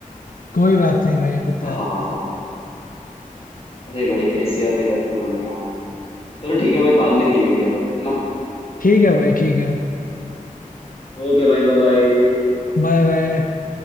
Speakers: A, on the left; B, on the left.
A: कोई बात नहीं भाई होता
B: हाँ
A: है
B: हाँ हाँ हाँ अरे भाई कैसी बातें करते हो तुम यार चलो ठीक है भाई बाद में खेलेंगे अब है ना
A: ठीक है भाई ठीक है
B: ओके भाई बाय बाय
A: Bye bye